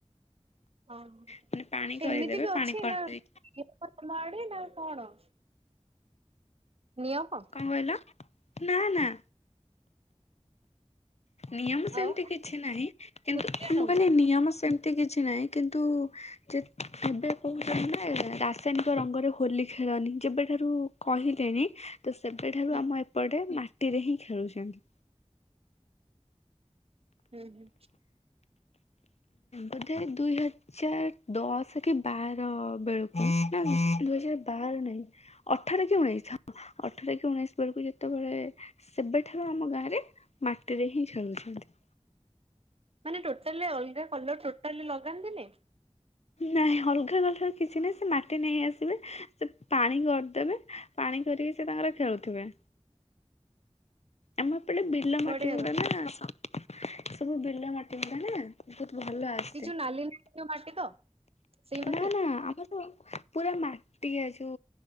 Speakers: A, on the right; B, on the left.
A: ଅ ହ
B: ମାନେ ପାଣି କରିଦେବେ
A: ଏମିତି ବି ଅଛି
B: ପାଣି କରିଦେଇକି
A: ନା ତମ ଆଡେ ନା କଣ? ନିୟମ
B: କଣ କହିଲ? ନା ନା। ନିୟମ ସେମିତି
A: ଆଉ
B: କିଛି ନାହିଁ କିନ୍ତୁ
A: ଖୁସିରେ ଆଣନ୍ତି।
B: ମୁଁ କହିଲି ନିୟମ ସେମିତି କିଛି ନାହିଁ କିନ୍ତୁ ଯେ ଏବେ କହୁଛନ୍ତି ନା ରାସାୟନିକ ରଙ୍ଗରେ ହୋଲି ଖେଳନି ଯେବେଠାରୁ କହିଲେଣି ତ ସେବେଠାରୁ
A: ହୁଁ
B: ଆମ ଏପଟେ ମାଟିରେ ହିଁ ଖେଳୁଛନ୍ତି।
A: ହୁଁ ହୁଁ।
B: ବୋଧେ ଦୁଇ ହଜ ଦୁଇ ହଜାର ଦଶ କି ବାର ବେଳକୁ ନା ଦୁଇ ହଜାର ବାର ନାଇଁ ଅଠର କି ଉଣେଇଶି ହଁ ଅଠର କି ଉଣେଇଶି ବେଳକୁ ଯେତେବେଳେ ସେବେଠାରୁ ଆମ ଗାଁରେ ମାଟିରେ ହିଁ ଖେଳୁଛନ୍ତି।
A: ମାନେ ଟୋଟାଲି ଅଲଗା କଲର ଟୋଟାଲି ଲଗାନ୍ତିନି।
B: ନାଇଁ ଅଲଗା କଲର କିଛି ନାହିଁ ସେ ମାଟି ନେଇ ଆସିବେ ସେ ପାଣି କରିଦେବେ ପାଣି କରିକି ସେ ତାଙ୍କର ଖେଳୁଥିବେ। ଆମ ଏପଟେ ବିଲ ମାଟି
A: ବଢିଆ
B: ଗୁଡା
A: ତ।
B: ନା ସବୁ ବିଲ ମାଟି ଗୁଡା ନା ବହୁତ ଭଲ ଆସେ
A: ଏଯଉ ନାଲି ନାଲି ଜଉ ମାଟି ତ? ସେଇ ମାଟି
B: ନାଁ ନାଁ ଆମର ତ ପୁରା ମାଟିଆ ଯଉ